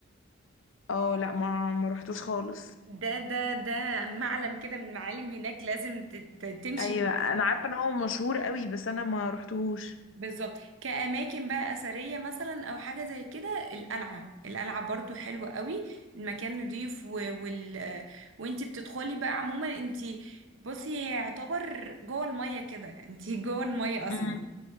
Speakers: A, on the left; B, on the right.
A: اه لا ما ما رحتوش خالص
B: ده ده ده معلم كده من معالم هناك لازم تت- تمشي
A: ايوه انا عارفه ان هو مشهور قوي بس انا ما رحتوش
B: بالظبط كأماكن بقى أثرية مثلا أو حاجة زي كده القلعة القلعة برضو حلوة قوي المكان نضيف و... وال... وانتي بتدخلي بقى عموما انتي بصي هي يعتبر جوه المية كده انتي <laughs> جوه المية أصلا
A: مم.